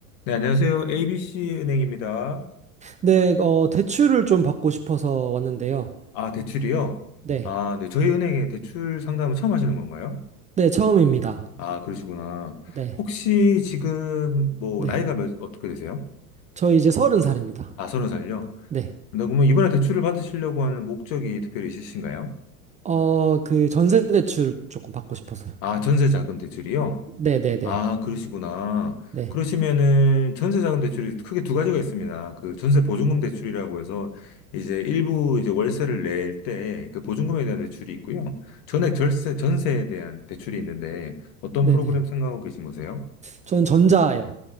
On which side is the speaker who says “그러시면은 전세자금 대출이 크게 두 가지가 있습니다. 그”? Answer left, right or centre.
Left